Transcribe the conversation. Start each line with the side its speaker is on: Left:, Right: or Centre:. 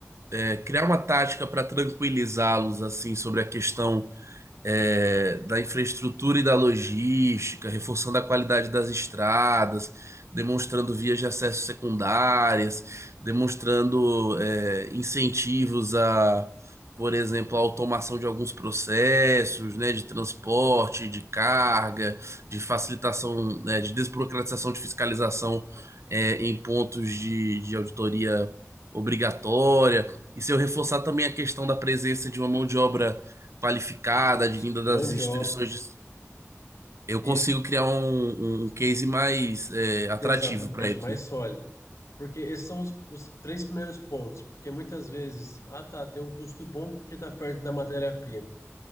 Right: é, criar uma tática para tranquilizá-los assim sobre a questão é, da infraestrutura e da logística, reforçando a qualidade das estradas, demonstrando vias de acesso secundárias, demonstrando é, incentivos a, por exemplo, a automação de alguns processos, né, de transporte, de carga, de facilitação, né, de desburocratização de fiscalização é, em pontos de, de auditoria obrigatória. E se eu reforçar também a questão da presença de uma mão de obra qualificada,
Left: Isso,
Right: advinda das
Left: mão de
Right: instituições,
Left: obra.
Right: de- eu
Left: Isso.
Right: consigo criar um, um um case mais é, atrativo
Left: Exatamente,
Right: para eles,
Left: mais
Right: né?
Left: sólido. Porque esses são os, os três primeiros pontos. Porque muitas vezes, ah tá, tem um custo bom porque está perto da matéria-prima.